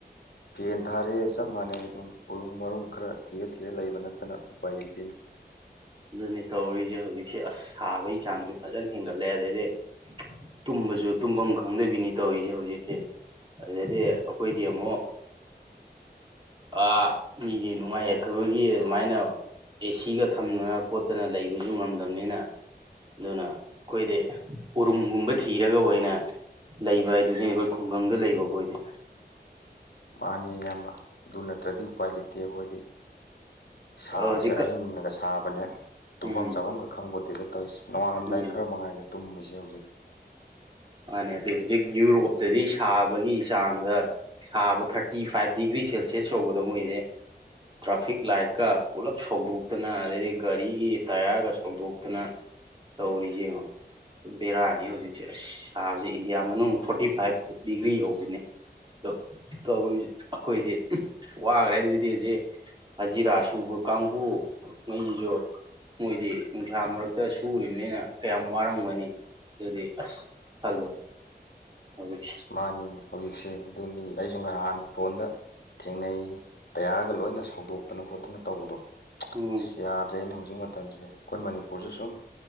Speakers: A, on the left (about 75°); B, on the right (about 30°).
A: ꯐꯦꯟ ꯊꯥꯔꯦ ꯆꯞ ꯃꯥꯟꯅꯩ ꯑꯗꯨꯝ ꯎꯔꯨꯝ ꯃꯔꯨꯝ ꯈꯔ ꯊꯤꯔ-ꯊꯤꯔ ꯂꯩꯕ ꯅꯠꯇꯅ ꯎꯄꯥꯏ ꯂꯩꯇꯦꯅꯦ꯫
B: ꯑꯗꯨꯅꯤ ꯇꯧꯔꯤꯁꯦ ꯍꯧꯖꯤꯛꯁꯦ ꯑꯁ ꯁꯥꯕꯒꯤ ꯆꯥꯡꯁꯨ ꯐꯖꯅ ꯍꯦꯟꯒꯠꯂꯦ ꯑꯗꯩꯗꯤ꯫ <unintelligible> ꯇꯨꯝꯕꯁꯨ ꯇꯨꯝꯐꯝ ꯈꯪꯗꯕꯤꯅꯤ ꯇꯧꯔꯤꯁꯦ ꯍꯧꯖꯤꯛꯁꯦ꯫ ꯑꯗꯨꯗꯩꯗꯤ ꯑꯩꯈꯣꯏꯗꯤ ꯑꯃꯨꯛ ꯑꯥ ꯃꯤꯒꯤ ꯅꯨꯡꯉꯥꯏ ꯌꯥꯏꯐꯕꯒꯤ ꯑꯗꯨꯃꯥꯏꯅ ꯑꯦꯁꯤꯒ ꯊꯝꯅꯅ ꯈꯣꯠꯇꯅ ꯂꯩꯕꯁꯨ ꯉꯝꯗꯕꯅꯤꯅ꯫ ꯑꯗꯨꯅ ꯈꯣꯏꯗꯤ ꯎꯔꯨꯝꯒꯨꯝꯕ ꯊꯤꯔꯒ ꯑꯣꯏꯅ ꯂꯩꯕ ꯍꯥꯏꯗꯨꯅꯤꯕ ꯈꯨꯡꯒꯪꯗ ꯂꯩꯕ ꯑꯩꯈꯣꯏꯗꯤ꯫
A: ꯃꯥꯅꯤ ꯏꯌꯥꯝꯕ ꯑꯗꯨ ꯅꯠꯇ꯭ꯔꯗꯤ ꯎꯄꯥꯏ ꯂꯩꯇꯦ ꯑꯈꯣꯏꯗꯤ꯫ ꯁꯥꯕꯁꯦ
B: ꯍꯧꯖꯤꯛꯀ
A: ꯑꯍꯤꯡꯅꯒ ꯁꯥꯕꯅꯦ꯫ ꯇꯨꯝꯐꯝ
B: ꯎꯝ
A: ꯆꯥꯐꯝ ꯈ ꯈꯪꯕꫭꯠꯇꯦꯗ ꯇꯧꯔꯤꯁꯤ ꯅꯣꯡꯉꯥꯜꯂꯝꯗꯥꯏ
B: ꯎꯝ
A: ꯈꯔ ꯃꯉꯥꯏꯔꯦ ꯇꯨꯝꯃꯤꯁꯦ ꯍꯧꯖꯤꯛ꯫
B: ꯃꯥꯅꯦ ꯑꯗꯨ ꯍꯧꯖꯤꯛ ꯌꯨꯔꯣꯞꯇꯗꯤ ꯁꯥꯕꯒꯤ ꯆꯥꯡꯗ ꯁꯥꯕ ꯊꯥꯔꯇꯤ ꯐꯥꯏꯚ ꯗꯤꯒ꯭ꯔꯤ ꯁꯦꯜꯁꯤꯌꯁ ꯌꯧꯕꯗꯣ ꯃꯣꯏꯁꯦ꯫ ꯇ꯭ꯔꯥꯐꯤꯛ ꯂꯥꯏꯠꯀ ꯄꯨꯜꯂꯞ ꯁꯧꯗꯣꯛꯇꯅ ꯑꯗꯩꯗꯤ ꯒꯥꯔꯤꯒꯤ ꯇꯌꯥꯔꯒ ꯁꯧꯗꯣꯛꯇꯅ꯫ ꯇꯧꯔꯤꯁꯤ ꯌꯦꯉꯣ ꯕꯦꯔꯥꯅꯦ ꯍꯧꯖꯤꯛꯁꯦ ꯑꯁ꯫ ꯁꯥꯕꯁꯤ ꯏꯟꯗꯤꯌꯥ ꯃꯅꯨꯡ ꯐꯣꯔꯇꯤ ꯐꯥꯏꯚ ꯗꯤꯒ꯭ꯔꯤ ꯌꯧꯕꯤꯅꯤ꯫ ꯗꫭ ꯇꯧꯔꯤꯁꯦ ꯑꯈꯣꯏꯗꯤ <unintelligible> ꯋꯥꯈ꯭ꯔꯦ ꯑꯗꯨꯗꯤ ꯍꯧꯖꯤꯛ ꯍꯖꯤꯔꯥ ꯁꯨꯕ ꯀꯥꯡꯕꯨ ꯉꯩꯁꯤꯁꯨ ꯃꯣꯏꯗꯤ ꯅꯨꯡꯁꯥ ꯃꯔꯛꯇ ꯁꯨꯔꯤꯅꯤꯅ ꯀꯌꯥꯝ ꯋꯥꯔꯝꯒꯅꯤ ꯑꯗꯨꯗꯤ ꯑꯁ꯫ ꯈꯜꯂꫭ ꯍꯧꯖꯤꯛꯁꯦ꯫
A: ꯃꯥꯅꯤꯟ ꯍꯧꯖꯤꯛꯁꯦ ꯑꯗꯨꯅꯤ ꯑꯩꯁꯨ ꯉꯍꯥꯟ ꯐꯣꯟꯗ ꯊꯦꯡꯅꯩ ꯇꯌꯥꯔꯒ ꯂꯣꯏꯅ ꯁꯧꯗꯣꯛꯇꯅ ꯈꯣꯠꯇꯅ ꯇꯧꯕꯗꯣ <unintelligible>
B: ꯎꯝ
A: ꯑꯁ ꯌꯥ ꯗ꯭ꯔꯦꯟ ꯍꯧꯖꯤꯛ ꯃꯇꯝꯁꯦ ꯑꯈꯣꯏ ꯃꯅꯤꯄꯨꯔꯁꯨ ꯁꯨꯝ